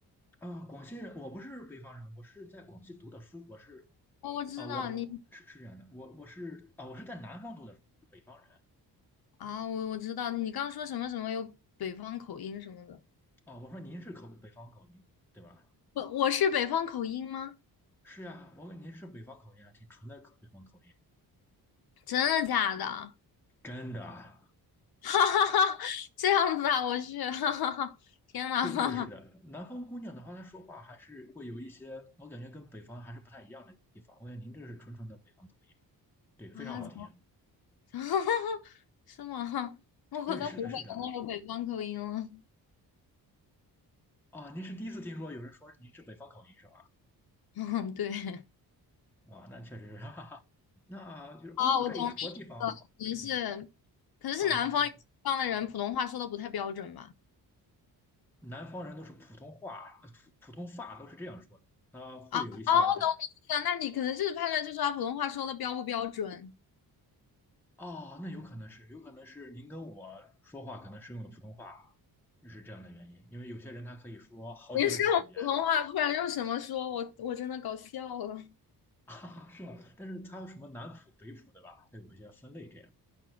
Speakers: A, in the centre; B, on the left.
A: 啊。广西人，我不是北方人，我是在广西读的书，我是
B: 哦，我知道你
A: 啊，我是是这样的，我我是啊，我是在南方读的书，我是北方人
B: 啊，我我知道你刚说什么什么有北方口音什么的，
A: 啊。我说您是口北方口音对吧？
B: 我我是北方口音吗？
A: 是啊，我问您是北方口音啊，挺纯的口北方口音，
B: 真的假的？
A: 真的。
B: <laughs> 哈哈哈，这样子啊，我去，<laughs> 哈哈哈，天哪，
A: 对对，
B: <laughs>
A: 是的，南方姑娘的话，她说话还是会有一些，我感觉跟北方还是不太一样的地方。我感觉您这是纯纯的北方口音，对，非常好听。
B: 啊，怎么，<laughs> 是吗？我在湖北我有北方口音了，
A: 对，是的，是的。啊，您是第一次听说有人说您是北方口音是
B: <laughs> 嗯，对，
A: 吧？啊，那确实是，<laughs> 哈哈哈。那就是欧洲这一坨地方，
B: 啊，我懂你意思了，
A: 嗯，
B: 可能是可能是南方方的人普通话说的不太标准吧。
A: 啊，您说南方人都是普通话，呃普普通话都是这样说的，他会有一些对。
B: 啊，哦，我懂你意思了。那你可能就是判断，就是他普通话说的标不标准。
A: 哦，那有可能是，有可能是您跟我说话可能是用的普通话，是这样的原因，因为有些人他可以说好几种语言，
B: 你是用普通话，不然用什么说？我我真的搞笑了。
A: <laughs> 啊，是吧？但是他有什么南普、北普，对吧？他有一些分类这样。